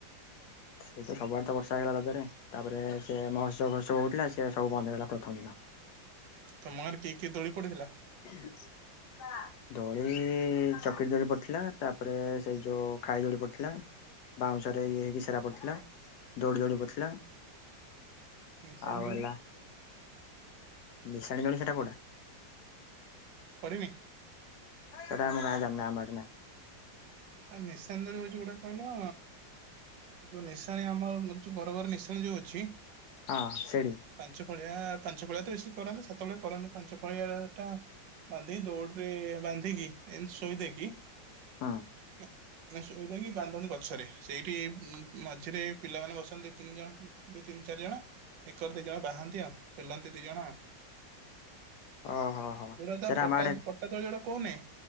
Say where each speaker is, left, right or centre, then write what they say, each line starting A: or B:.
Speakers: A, on the left; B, on the right.
A: ସେଇଟା ସବୁଆଡେ ତ ବର୍ଷା ହେଇଗଲା ରଜରେ ତାପରେ ସେ ମହୋତ୍ସବ ବହତ୍ସବ ହଉଥିଲା, ସେ ସବୁ ବନ୍ଦ ହେଇଗଲା ପ୍ରଥମ ଦିନ।
B: ତମ ଗାଁ ରେ କିଏ କିଏ ଦୋଳି ପଡ଼ି
A: <inaudible>
B: <inaudible>
A: ଦୋଳି ଚକିରି ଦୋଳି ପଡିଥିଲା ତାପରେ ସେ ଯୋଉ ଖାଇ ଦୋଳି ପଡିଥିଲା। ବାଉଁଶରେ ଇଏ ହେଇକି ସେଟା ପଡିଥିଲା, ଦଉରି ଦୌଡି ପଡିଥିଲା।
B: ନିଶାଣି
A: ଆଉ
B: ଦୋଳି
A: ହେଲା ମିଶାଣି ଦୋଳି ସେଟା କୋଉ
B: ଫରିବି
A: ସେଟା ଆମ ଗାଁ ଜାଣିନି ଆମ ଆଡେ
B: ହ ନିଶାଣି ଦଳି ହଉଛି ଗୋଟେ କଣ, ଯୋଉ ନିଶାଣି ଆମର ହଁ ମୋର ଯୋଉ ଘର ଘର ନିଶାଣି ଯୋଉ ଅଛି।
A: ହଁ ସେଠ
B: ପାଞ୍ଚ ପାଳିଆ ପାଞ୍ଚ ପଳିଆ ତ ବେଶି କରନ୍ତୁ, ସାତବେଳେ କରନ୍ତୁ ପାଞ୍ଚ ପାଳିଆ ଟା ବାନ୍ଧି ଦୌଡରେ ବାନ୍ଧିକି ଏମତି ଶୋଇଦକି
A: ହଁ
B: ଇ ନସୁ କହିଲା କି ବାନ୍ଦଣୀ ଗଛରେ ସେଇଠି ମଝିରେ ପିଲାମାନେ ବସନ୍ତି ଦି ତିନି ଜଣ ଦି ତିନି ଚାରି ଜଣ ଏକର ଦି ଜଣ ବାହାନ୍ତି, ଆଉ ପେଲନ୍ତି ଦି ଜଣ।
A: ଓହୋ ହୋ
B: ଯୋଉଟା ତା
A: ସେଟା
B: ପଟାତ୍
A: ଆମ ଆଡେ
B: ପଟା ତଳେ ଯୋଉଟା କହୁନେଇ